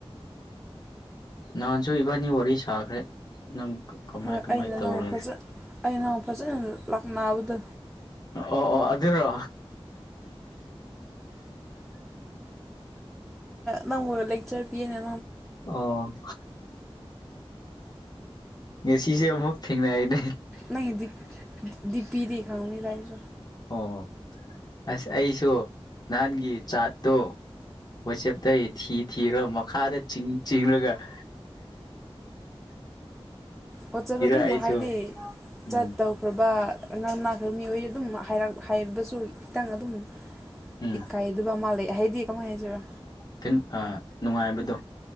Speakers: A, on the left; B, in the centre.
A: ꯅꯍꯥꯟꯁꯨ ꯏꯕꯥꯅꯤ ꯋꯥꯔꯤ ꯁꯥꯈ꯭ꯔꯦ ꯅꯪ ꯀꯃꯥꯏ
B: ꯍꯣꯏ
A: ꯀꯃꯥꯏ
B: ꯑꯩꯅ
A: ꯇꯧꯔꯦ
B: ꯅꯪ ꯐꯖ ꯑ ꯅꯪ ꯐꯖꯅ ꯂꯥꯛꯅꯕꯗ
A: ꯑꯣ ꯑꯣ ꯑꯗꯨꯔꯣ
B: ꯅ ꯂꯦꯛꯆꯔ ꯄꯤꯅ
A: ꯑꯣ ꯉꯁꯤꯁꯦ ꯑꯃꯨꯛ ꯊꯦꯡꯅꯅꯦ
B: ꯅ ꯗꯤ ꯄꯄꯤꯗꯤ ꯈꯥꯎꯅꯤ ꯇꯏꯁꯨ
A: ꯑꯣ ꯑꯁ ꯑꯩꯁꯨ ꯅꯍꯥꯟꯒꯤ ꯆꯥꯠꯇꯨ ꯋꯥꯆꯦꯞꯇ ꯊꯤ ꯊꯤꯔꯣ ꯃꯈꯥꯗ ꯆꯤꯡ ꯆꯤꯡꯔꯒ <inaudible>
B: ꯄꯣꯠꯆꯔ ꯑꯗꯨꯝ
A: ꯑꯩꯁꯨ
B: ꯍꯥꯏꯗꯤ
A: ꯎꯝ
B: ꯆꯠꯇꯧꯈ꯭ꯔꯕ ꯉꯝ ꯅꯥꯈ꯭ꯔꯕ ꯃꯤꯑꯣꯏ ꯑꯗꯨꯝ ꯍꯥꯏꯔ ꯍꯥꯏꯒꯁꯨ ꯈꯤꯇꯪ ꯑꯗꯨꯝ
A: ꯎꯝ
B: ꯏꯀꯥꯏꯗꯕ ꯃꯥ ꯂꯩ ꯑꯦꯍꯦꯗꯤ ꯀꯃꯣꯏ ꯍꯥꯏꯖꯔꯣ
A: ꯈꯤ ꯅꯨꯡꯉꯥꯏꯕꯗꯣ